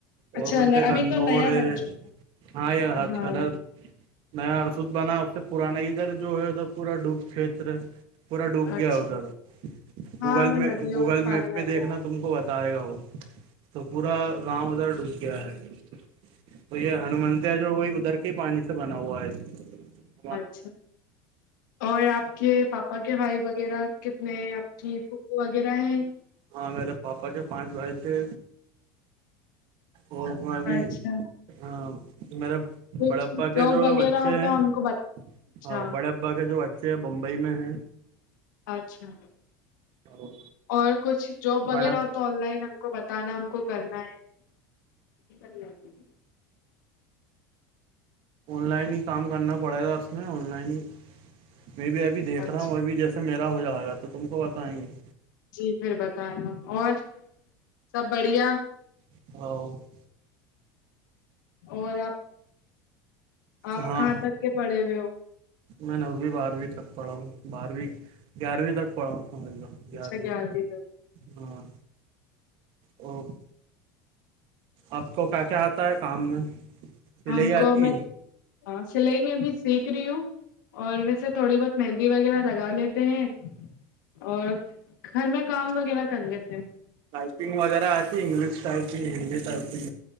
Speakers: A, on the right; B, on the left.
A: اور
B: اچھا
A: بولتے
B: ن- ابھی
A: کنور
B: تو نیا
A: ہے
B: بن چکا
A: ہاں یہ ہر
B: ہاں
A: چلر نیا ارسود بنا ا پرانا ادھر جو ہے ادھر پورا ڈوب چھیتر پورا ڈوب گیا
B: اچھا
A: ادھر گوگل
B: ہاں وہ
A: میں
B: ندیوں
A: گوگل
B: پانی
A: میپ پہ
B: آ
A: دیکھنا
B: جائے
A: تو تم کو بتائے گا وہ تو پورا گاؤں ادھر ڈوب گیا ہے تو یہ ہنومنتیا جو وہئی ادھر کے پانی سے بنا ہوا ہے یہ
B: اچھا اور آپ کے پاپا کے بھائی وغیرہ کتنے ہیں آپ کی پھوپو وغیرہ ہیں
A: ہاں میرے پاپا کے پانچ بھائی تھے اور ا بھی
B: اچھا
A: ہاں میرے
B: کچھ
A: بڑپا کے
B: جاب
A: جو
B: وغیرہ
A: بچے
B: ہو تو
A: ہیں
B: ہم کو بتا اچھا
A: بڑے <unintelligible> ا کے جو اچھے ہیں بمبئی میں ہیں
B: اچھا
A: اور
B: اور کچھ جاب وغیرہ
A: بڑا
B: تو آن لائن ہم کو بتانا ہم کو کرنا ہے کرنیتی
A: آن لائن ہی کام کرنا پڑے گا اس میں آن لائن ہی میں بھی ابھی دیکھ
B: اچھا
A: رہا ہوں اوربھی جس سے میرا ہو جائے گا تو تم کو بتائیں گے
B: جی پھر بتانا اور سب بڑھیا
A: ہ <unintelligible>
B: اور آپ آپ
A: ہاں
B: کہاں تک کے پڑے ہوئے ہو
A: میں نوویں بارہویں تک پڑھا ہوں بارہویں گیارہویں تک پڑھا ہوں سمجھ ل
B: اچھا
A: یارویں
B: گیارہویں تک
A: ہاں اوک آپ کو کیا کیا آتا ہے کام میں سلئی
B: ہم کو
A: آتی
B: میں
A: ہے
B: سلائی میں بھی سیکھ رہی ہوں اور ویسے تھوڑی بہت مہندی وغیرہ لگا لیتے ہیں اور گھر میں کام وغیرہ کر لیتے ہیں
A: ٹائپنگ وغیرہ آتی انگلش ٹائپنگ ہندی تٹ آتی